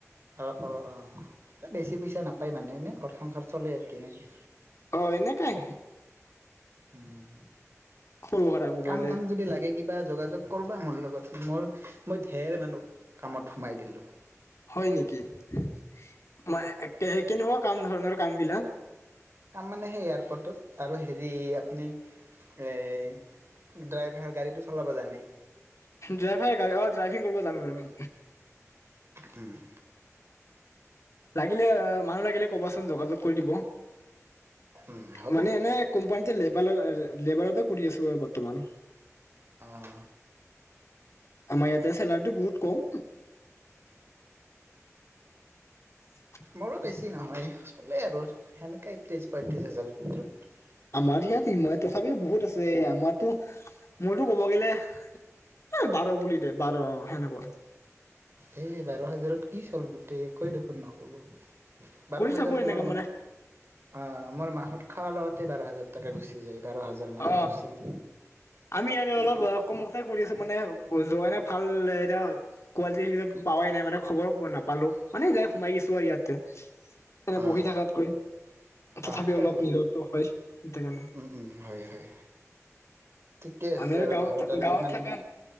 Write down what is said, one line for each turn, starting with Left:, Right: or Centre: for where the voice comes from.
Right: অ', অ', অ', এ, বেছি পইচা নাপায় মানে এনে ঘৰ সংসাৰ চলে আতি নে কি?
Left: অ', এনেকাই।
Right: উম,
Left: সৰু সুৰা মোবাইলে
Right: কাম থাম যদি লাগে কিবা যোগাযোগ কৰবা মোৰ লগত মোৰ মই ঢেৰ মানুহ কামত সোমাই দিলো।
Left: হয় নেকি। কে-কেনেকুৱা কাম ধৰণৰ কামবিলাক?
Right: কাম মানে সেই এয়াৰপৰ্টত আৰু হেৰি আপনি এই ড্ৰাইভাৰ গাড়ীটো চলাব জানেই।
Left: ড্ৰাইভাৰে গাড়ী অ', ড্ৰাইভিং কৰিব জানো জানো।
Right: উম।
Left: লাগিলে মানুহ লাগিলে কবাচোন যোগাযোগ কৰি দিব।
Right: উম, হ'ব
Left: মানে এনে কোম্পানীতে লেবাল' লেবাৰতে কৰি আছো আৰু বৰ্তমান।
Right: অহ।
Left: আমাৰ ইয়াতে চেলাৰিটো বহুত কম। <inaudible>
Right: মৰো বেছি নহয় চলে আৰু সেনেকাই ত্ৰিশ পয়ত্ৰিশ হাজাৰৰ ভিতৰত।
Left: আমাৰ ইয়াত ইমই তথাপিও বহুত আছে। আমাৰতো মোৰতো ক'ব গেলে এ, বাৰ বুলি দে বাৰ অ', সেনেকুৱা।
Right: এ, বাৰ হাজাৰত কি চলব'তে একোৱে দেখোন নহ'ব। বাৰ
Left: কৰি
Right: হাজাৰত
Left: থাকো এনেকা
Right: মোৰ
Left: মানে
Right: মা অ', মোৰ মাহত খাৱা লোৱাতে বাৰ হাজাৰ টাকা গুচি যায়। বাৰ হাজাৰমান
Left: অ
Right: গুচি
Left: আমি আৰু অলপ আ, কমতে কৰি আছো মানে যোৱা নে ভাল লেটা কোৱালটি <unintelligible> পাৱাই নাই মানে খবৰো নাপালো। মানে যাই সোমাই গেছো আৰু ইয়াতে। এনে
Right: অ
Left: বহি থাকাতকৈ
Right: অ
Left: তথাপি
Right: সেইটা
Left: অলপ
Right: হয়
Left: নহত হয় ন
Right: উম উম হয় হয় ঠিকে আছে
Left: আমি
Right: আৰু
Left: গাঁৱত
Right: ঘৰত আৰু
Left: গাঁৱত
Right: কিমান
Left: থাকা
Right: দিন